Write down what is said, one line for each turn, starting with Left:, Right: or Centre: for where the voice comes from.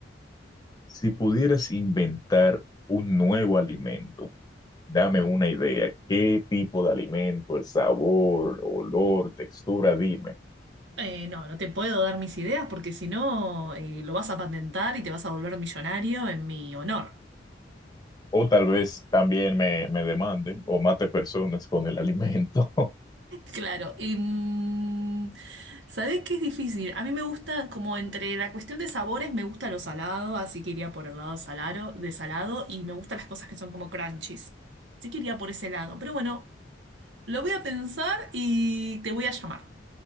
Left: Si pudieras inventar un nuevo alimento, dame una idea. ¿Qué tipo de alimento, el sabor, olor, textura? Dime.
Right: eh, no, no te puedo dar mis ideas porque si no, eh, lo vas a patentar y te vas a volver millonario en mi honor.
Left: O tal vez también me, me demanden o mate personas con el alimento. <laughs>
Right: Claro, y mm, ¿sabés qué es difícil? A mí me gusta, como entre la cuestión de sabores, me gusta lo salado, así que iría por el lado salado, de salado, y me gustan las cosas que son como crunchies. Así que iría por ese lado. Pero bueno, lo voy a pensar y te voy a llamar.